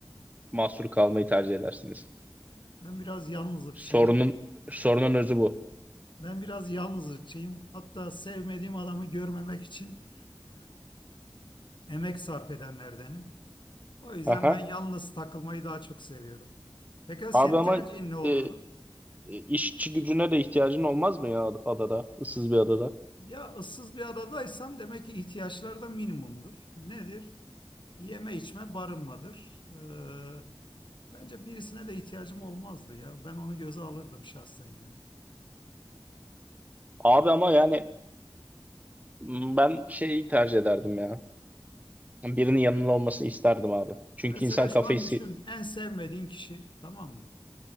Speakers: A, on the right; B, on the left.
A: mahsur kalmayı tercih edersiniz?
B: Ben biraz yalnızlıkçıyım.
A: Sorunun sorunun özü bu.
B: Ben biraz yalnızlıkçıyım. Hatta sevmediğim adamı görmemek için emek sarf edenlerdenim. O yüzden
A: Aha.
B: ben yalnız takılmayı daha çok seviyorum. Pekala senin
A: Abi ama
B: tercihin ne olurdu?
A: e, işçi gücüne de ihtiyacın olmaz mı ya adada? Issız bir adada.
B: Ya ıssız bir adadaysam demek ki ihtiyaçlar da minimumdur. Nedir? Yeme içme barınmadır. Ee, bence birisine de ihtiyacım olmazdı ya. Ben onu göze alırdım şahsen yani.
A: Abi ama yani m, ben şeyi tercih ederdim ya. Birinin yanında olmasını isterdim abi. Çünkü
B: Mesela
A: insan
B: şu
A: kafayı...
B: an
A: si-
B: düşün en sevmediğin kişi tamam mı?